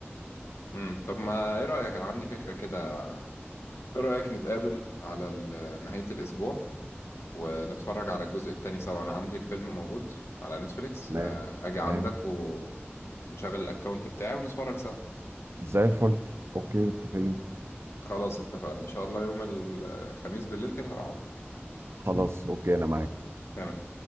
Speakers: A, on the left; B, on the right.
A: امم طب ما ايه رايك انا عندي فكره كده ايه رايك نتقابل على ال- نهايه الاسبوع ونتفرج على الجزء التاني سوا انا عندي الفيلم موجود على نتفليكس
B: تمام
A: آه، اجي
B: تمام
A: عندك و- ونشغل الاكونت بتاعي ونتفرج سوا
B: زي الفل اوكي متفقين
A: خلاص اتفقنا ان شاء الله يوم الخميس بالليل كده هبقى عندك
B: خلاص اوكي انا معاك
A: تمام